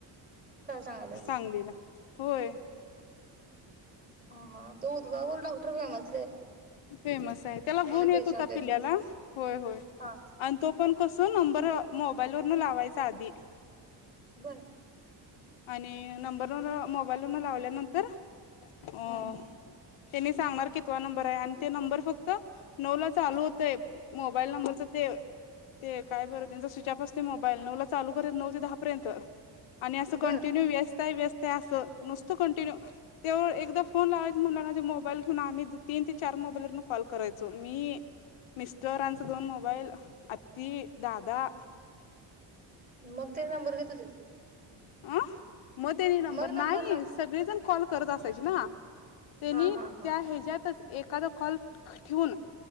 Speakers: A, on the right; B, on the left.
A: काय सांगाल्यास
B: सांगलीला होय‌
A: हा हा तो उदगावर डॉक्टर फेमस
B: फेमस आहे त्याला गुण येत
A: पेशंट
B: होता
A: येतात
B: पिल्याला होय होय
A: हा
B: आणि तो पण कसं नंबर मोबाईल वरन लावायचा आधी
A: बर.
B: आणि नंबरवर मोबाईल वरन लावल्यानंतर हो
A: हम्म
B: त्यांनी सांगणार कि तो नंबर आहे आणि ते नंबर फक्त नऊ ला चालू होतय मोबाईल नंबरच ते ते काय बरं त्यांचा स्विचप असते मोबाईल नऊ ला चाल करत नऊ ते दहा पर्यंत. आणि असं कंटीन्यू
A: बर
B: व्यस्त, व्यस्त, त्या असं नुसतं कंटिन्यू तेव एकदा फोन लावायचं म्हणलं ना ते मोबाईल घेऊन आम्ही तीन ते चार मोबाईलवर न कॉल करायचो मी मिस्टर यांचा दोन मोबाईल अत्ती, दादा
A: मग ते नंबर घेतो.
B: अं मग त्यांनी नंबर
A: मग
B: नाही
A: लाव
B: सगळेजण कॉल करत असायचे ना त्यांनी
A: हा हा हा
B: त्या
A: हा
B: ह्याच्यातच एखादा कॉल ठेऊून